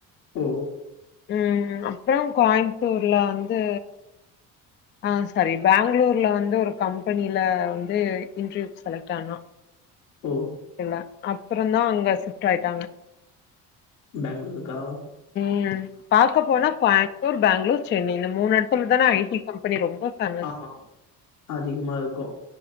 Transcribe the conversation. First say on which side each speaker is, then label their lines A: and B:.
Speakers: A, on the left; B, on the left.
A: ஓ
B: ம் அப்றோ கோய்ம்த்தூர்ல வந்து ஆ சாரி பெங்களூர்ல வந்து ஒரு கம்பெனில வந்து இன்டர்வியூ செலக்ட் ஆனா
A: ஓ
B: எல்லா அப்பறந்தா அங்க ஷிப்ட் ஆய்ட்டாங்க
A: பெங்லூர்க்கா
B: ம் பாக்க போனா கோயம்பத்தூர் பெங்ளூர் சென்னை இந்த மூணு எடத்துல தான ஐ டி கம்பெனி ரொம்ப பேமஸ்
A: ஆமா அதிகமா இருக்கு